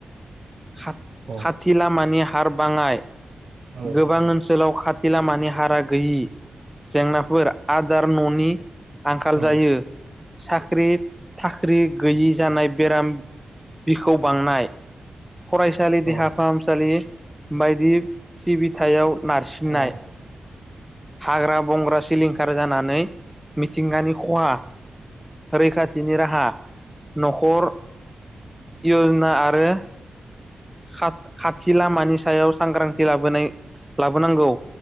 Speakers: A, in the centre; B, on the right (about 50°).
A: खा
B: औ
A: खाथि लामानि हार बांङाय
B: नोंथां
A: गोबां ओनसोलाव खा खाथि लामानि हारा गैयि जेंनाफोर आदार न'नि आंखाल
B: औ
A: जायो साख्रि थाख्रि गैयि जानाय बेराम बिखौ बांनाय फरायसालि
B: औ
A: देहा फाहामसालि बायदि सिबिथायाव नारसिननाय
B: औ
A: हाग्रा बंग्रा सिलिंखार जानानै मिथिंगानि खहा रैखाथिनि राहा नखर यजना आरो खा खाथि लामानि सायाव सांग्रांथि लाबोनाय लाबोनांगौ